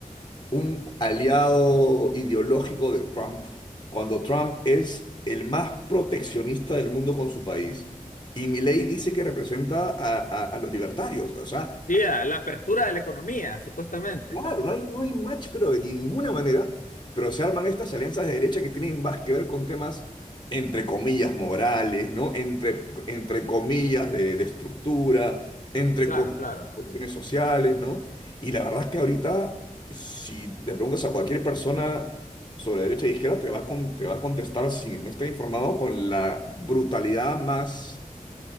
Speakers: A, on the left; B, on the left.
A: un aliado ideológico de Trump cuando Trump es el más proteccionista del mundo con su país y Milei dice que representa a, a- a los libertarios? O sea,
B: Sí, ah, la apertura de la economía, supuestamente.
A: Claro, no hay, no hay match, pero de ninguna manera. Pero se arman estas alianzas de derecha que tienen más que ver con temas, entre comillas, morales, ¿no? Entre, entre comillas, de, de estructura, entre
B: Claro,
A: comillas,
B: claro.
A: de cuestiones sociales, ¿no? Y la verdad es que ahorita, si le preguntas a cualquier persona sobre derecha e izquierda, te va a, con- te va a contestar, si no está informado, con la brutalidad más,